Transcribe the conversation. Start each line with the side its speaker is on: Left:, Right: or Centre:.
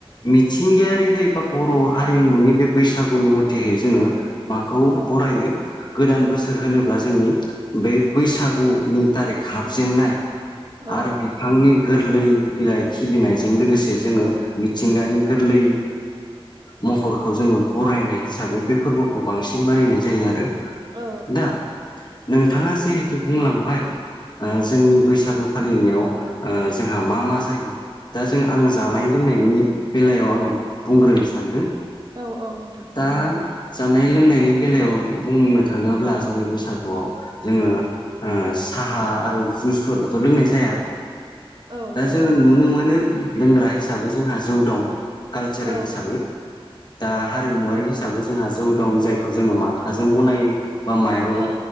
Left: मिथिंगायारिहै बा बर' हारिमुनि बे बैसागुनि मथेहै जोङो माखौ
Right: औ
Left: बरायो गोदान बोसोर होनोब्ला जोंनि बे बैसागुनि थारिख हाबजेननाय
Right: औ
Left: आरो बिफांनि गोरलै बिलाइ खिलिनायजों लोगोसे जोङो मिथिंगानि गोरलै महरखौ जोङो बरायनाय हिसाबै बे फोरबोखौ बांसिन मानिनाय जायो आरो।
Right: औ
Left: दा। नोंथाङा जिहेथु बुंलांबाय जोंनि बैसागु फालिनायाव जोंहा मा मा जायो दा जों आङो जानाय लोंनायनि बेलायाव आं बुंग्रोनो सानदों
Right: औ औ नोंथां।
Left: दा जानाय लोंनायनि बेलायाव बुंनो थाङोब्ला जोंनि बैसागुआव जोङो साहा आरो जुइसफोरखौथ' लोंनाय जाया।
Right: औ
Left: दा जोङो
Right: औ लोङाथ'
Left: नुनो मोनो। लोंग्रा हिसाबै जोंहा जौ दं कालसारेल
Right: औ
Left: हिसाबै दा हारिमुवारि हिसाबै जोंहा जौ दं जायखौ जोङो म थाजों बनायो बा माइरं।
Right: औ